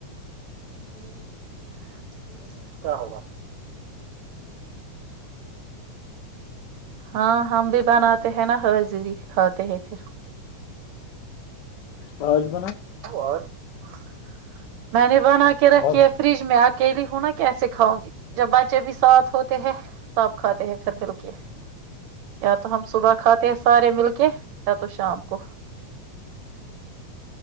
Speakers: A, on the right (about 70°); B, on the left (about 75°).
A: ج جی <unintelligible> کیا ہوگا ہاں ہم بھی بناتے ہیں نا ہزری کھاتے ہیں پھر
B: اوراں ج <unintelligible>
A: اور <unintelligible> میں نے <unintelligible> بنا کے رکھیے
B: اب
A: فریج میں اکیلی ہونا کی ایسے کاؤ گی جب بچے بھی ساتھ ہوتے ہے سب کھاتے ہیں پھر مل کے یا تو ہم صبح کھاتے ہیں سارے مل کے یا تو شام کو